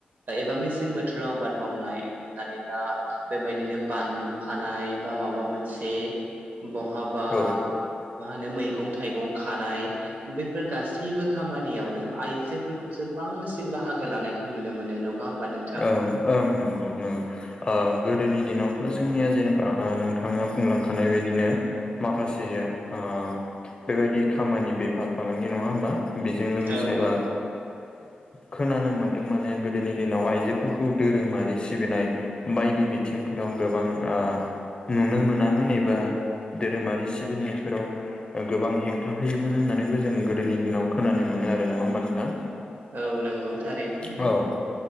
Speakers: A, on the right; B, on the left.
A: एबा मेसें बोथोराव आबाद मावनाय दानि दा बेबायदिनो बानलु खानाय बा माबा मोनसे बहाबा
B: औ
A: मा होनो मैगं - थाइगं खानाय बैफोर गासैबो खामानियावनो आइजोफोरखौसो बांसिन बाहागो लानायखौ नुनो मोनो नङा होमबा नों
B: ओं ओं नोंगौ नों ओ गोदोनि दिनावथ' जोंनिया जेनेबा ओ नोंथाङा बुंलांखानाय बायदिनो माखासे ओ बेबायदि खामानि बेफार फालांगि नङा होमबा? बिजों लोगोसे
A: औ औ
B: ओ खोनानो मोनदों माने गोदोनि दिनाव आइ बेफोरखौ धोरोमारि सिबिनाय बायदि बिथिंफोराव गोबां ओ नुनो मोनामोन एबा धोरोमारि सिबिनायफोराव ओ गोबां हेंथा होयोमोन होननानैबो जों गोदोनि दिनाव खोनानो मोनो आरो नङा होमबा नोंथां?
A: औ नंगौ थारैनो।
B: औ